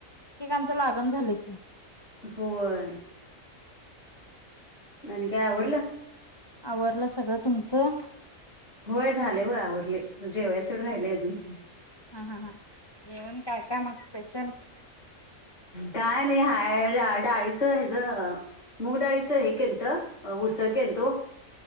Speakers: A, on the left; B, on the left.
A: तुमचं लागणा झालयं की?
B: होय. आणि काय आवरलं?
A: आवरल सगळं तुमचं?
B: होय, झालय बघा आवरलय, जेवायचं तेवढ राहिलयं अजून.
A: हा हा हा, जेवण काय काय मग स्पेशल?
B: काय नाही हाय, डाळीचं हेज मूग डाळीचं हे केलत. उसळ केलतो